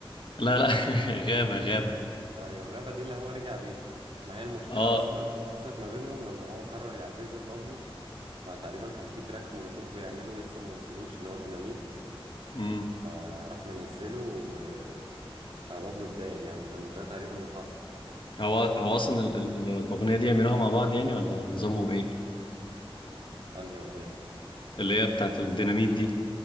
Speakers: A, on the left (about 55°); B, on the right (about 65°).
A: لا لا <laughs> غابة غابة
B: ايوه غابة دي اللي هو رجع بيها ما هي المشكلة
A: اه
B: اصلا اللي حصلت ما بينهم لما هو قرر يعتزل بابلو فتقريبا كان في تراك مولوتوف بيعمله لسه ما نزلوش اللي هو ديناميت
A: امم
B: فراح منزله و... فبابلو اتضايق يعني ده ده تقريبا اللي حصل
A: هو هو اصلا ال- ال- الاغنية دي يعملوها مع بعض يعني ولا نظامهم ايه
B: انهي اغنية
A: اللي هي بتاعت الديناميت دي